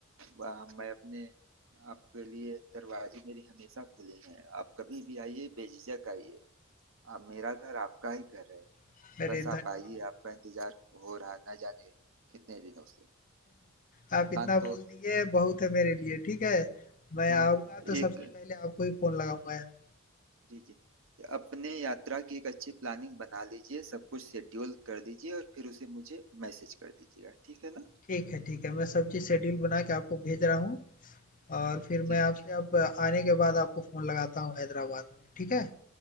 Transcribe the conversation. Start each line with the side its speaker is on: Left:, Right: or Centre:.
Right: वहाँ मैं अपने आपके लिए दरवाजे मेरे हमेशा खुले हैं आप कभी भी आइए बेझिझक आइए आप मेरा घर आपका ही घर है
Left: हूँ। अरे
Right: बस
Left: धन्यवाद!
Right: आप आइए आपका इंतजार हो रहा ना जाने कितने दिनों से
Left: आप
Right: प्लान
Left: इतना
Right: तो
Left: बोल दिए बहुत है मेरे लिए, ठीक है? मैं
Right: तो
Left: आऊँगा तो सबसे
Right: एक
Left: पहले आपको ही फ़ोन लगाऊँगा यहाँ।
Right: जी जी अपने यात्रा की एक अच्छी प्लानिंग बना लीजिए सब कुछ शेड्यूल कर लीजिए और फिर उसे मुझे मैसेज कर दीजिएगा ठीक है ना
Left: ठीक है, ठीक है। मैं सब चीज़ शेड्यूल बना के आपको भेज रहा हूँ और फिर
Right: जी
Left: मैं आपसे
Right: जी
Left: अब आने के बाद आपको फ़ोन लगाता हूँ हैदराबाद में, ठीक है?